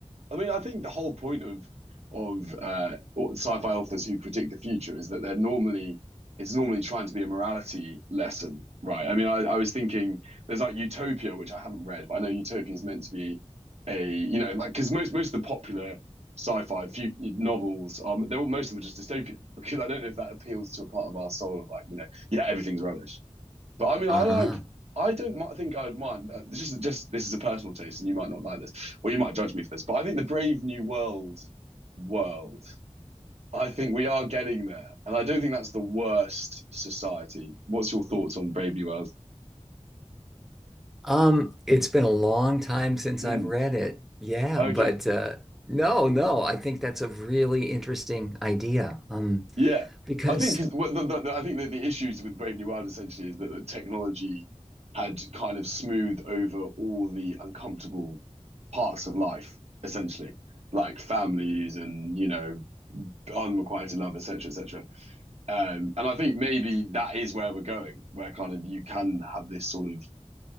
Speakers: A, on the right (about 65°); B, in the centre.
A: I mean, I think the whole point of of uh, sci-fi authors who predict the future is that they're normally it's normally trying to be a morality lesson, right? I mean, I, I was thinking there's like Utopia, which I haven't read, but I know Utopia is meant to be a you know like because most most of the popular sci-fi few novels are they're most of them are just dystopian <laughs> because I don't know if that appeals to a part of our soul of like you know yeah everything's rubbish but I mean,
B: Uh-huh.
A: I like. I don't think I would mind. uh, This is just this is a personal taste, and you might not like this, or you might judge me for this. But I think the Brave New World world. I think we are getting there, and I don't think that's the worst society. What's your thoughts on Brave New World?
B: Um, it's been a long time since
A: Mm,
B: I've read it. Yeah,
A: okay,
B: but uh no, no, I think that's a really interesting idea. Um,
A: yeah,
B: because
A: I think. what the, the, the- I think that the issues with Brave New World essentially is that the technology had kind of smoothed over all the uncomfortable parts of life, essentially, like families and you know Unrequited am required to love, etc., etc. Um, and I think maybe that is where we're going, where kind of you can have this sort of